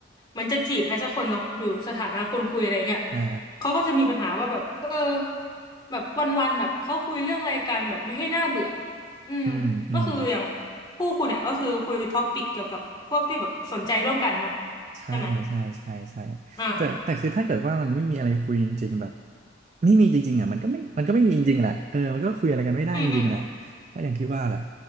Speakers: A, on the left; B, on the right.
A: มันจะจีบใครสักคนเนาะหรือสถานะคนคุยอะไรเงี้ย
B: อ่า
A: เขาก็จะมีปัญหาว่าแบบเออแบบวันๆแบบเขาคุยเรื่องอะไรกันแบบไม่ให้น่าเบื่ออืมก็คืออย่าง
B: อืมอืม
A: คู่คุณเนี่ยก็คือคุยท็อปปิกเกี่ยวกับพวกที่แบบสนใจร่วมกันเนาะ
B: ใช่ใช่ใช่ใช่
A: ใช่ไหมอ่ะ
B: แต่แต่คือถ้าเกิดว่ามันไม่มีอะไรคุยจริงๆแบบไม่มีจริงๆอ่ะมันก็ไม่มันก็ไม่มีจริงๆแหละเออมันก็คุยอะไรกันไม่ได้จริงๆแหละ
A: อืมอืม
B: ก็อย่างที่ว่าแหละ